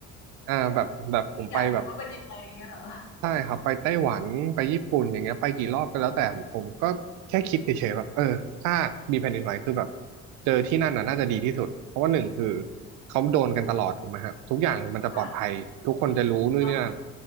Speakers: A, on the right; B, on the left.
A: อ่าแบบแบบผมไปแบบ
B: อยากดูว่าเป็นยังไงเงี้ยเหรอ
A: ใช่ครับไปไต้หวันไปญี่ปุ่นอย่างเงี้ยไปกี่รอบก็แล้วแต่ผมก็แค่คิดเฉยๆแบบเออถ้ามีแผ่นดินไหวคือแบบเจอที่นั่นน่ะน่าจะดีที่สุดเพราะว่าหนึ่งคือเขาโดนกันตลอดถูกไหมฮะทุกอย่างมันจะปลอดภัยทุกคนจะรู้นู่นนี่นั่น
B: ค่ะเนาะ